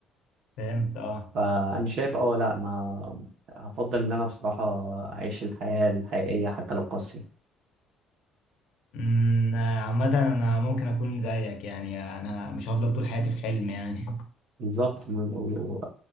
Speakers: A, on the left; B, on the right.
A: فهمت اه
B: فأنا شايف اه لا ما هفضل إن أنا بصراحة أعيش الحياة الحقيقية حتى لو قاسية
A: امم آه، عامة انا ممكن اكون زيك يعني انا مش هفضل طول حياتي في حلم يعني <laughs>
B: بالظبط و- و-